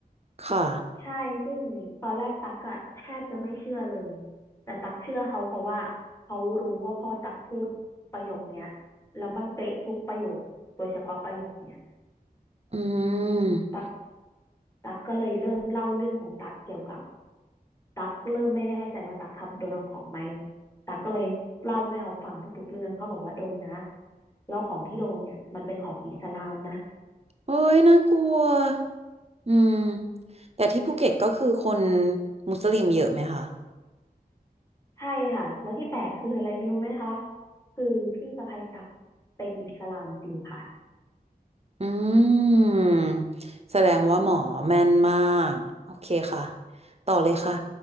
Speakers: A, on the right; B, on the left.
A: ค่ะ
B: ใช่ซึ่งตอนแรกตักอะแทบจะไม่เชื่อเลยแต่ตักเชื่อเขาเพราะว่าเขารู้ว่าพ่อตักพูดประโยคเนี้ยแล้วมันเป๊ะทุกประโยคโดยเฉพาะประโยคเนี้ย
A: อืม
B: ตัก ตั๊กก็เลยเริ่มเล่าเรื่องของตั๊กเกี่ยวกับตั๊กเริ่มไม่แน่ใจว่าตั๊กทำโดนเอาของไหมตั๊กก็เลยเล่าให้เขาฟังทุกๆเรื่องเขาบอกว่าโดนนะแล้วของที่โดนเนี่ยมันเป็นของอิสลามนะ
A: เอ้ยน่ากลัวอืมแต่ที่ภูเก็ตก็คือคนมุสลิมเยอะไหมคะ
B: ใช่ค่ะแล้วที่แปลกคืออะไรรู้ไหมคะคือพี่สะใภ้ตั๊กเป็นอิสลามจริงค่ะ
A: อืมแสดงว่าหมอแม่นมากโอเคค่ะต่อเลยค่ะ